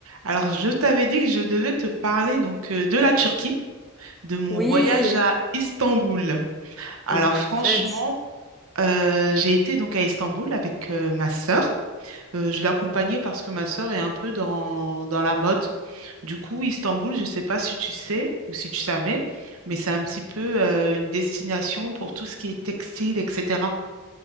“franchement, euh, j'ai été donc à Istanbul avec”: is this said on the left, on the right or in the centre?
Right